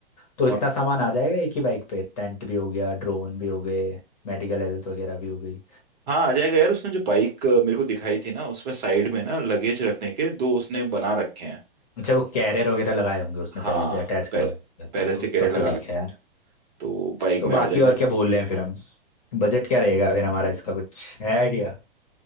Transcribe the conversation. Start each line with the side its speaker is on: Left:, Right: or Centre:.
Left: तो इतना
Right: और
Left: सामान आ जाएगा एक ही बाइक पे टेंट भी हो गया ड्रोन भी हो गए मेडिकल हेल्थ वगैरह भी हो गई
Right: हाँ आ जाएगा यार उसने जो बाइक मेरे को दिखाई थी ना उसमें साइड में ना लगेज रखने के दो उसने बना रखे हैं
Left: अच्छा वो कैरियर वगैरह लगाए होंगे उसने
Right: हाँ
Left: पहले से अटैच करवाए
Right: पह,
Left: होंगे। अच्छा
Right: पहले से
Left: तो
Right: कैरियर
Left: तब
Right: लगा
Left: तो
Right: रखे
Left: ठीक है
Right: हैं
Left: यार
Right: तो बाइक
Left: तो
Right: में
Left: बाकी
Right: आ जाएगा
Left: और क्या बोल रहे हैं फिर हम बजट क्या रहेगा फिर हमारा इसका कुछ है आइडिया